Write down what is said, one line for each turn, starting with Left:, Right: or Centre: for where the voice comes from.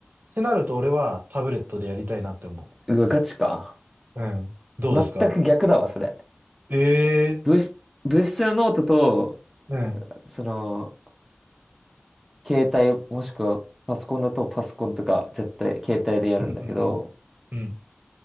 Right: ってなると俺はタブレットでやりたいなって思
Centre: うん。うわ、ガチか。
Right: う。うん。どうですか
Centre: 全く逆だわ、それ。
Right: ええ
Centre: 物質、物質のノートと、
Right: ー。うん。
Centre: その、携帯もしくはパソコンだとパソコンとか、絶対携帯でやるんだけど、
Right: うんうんうん。うん。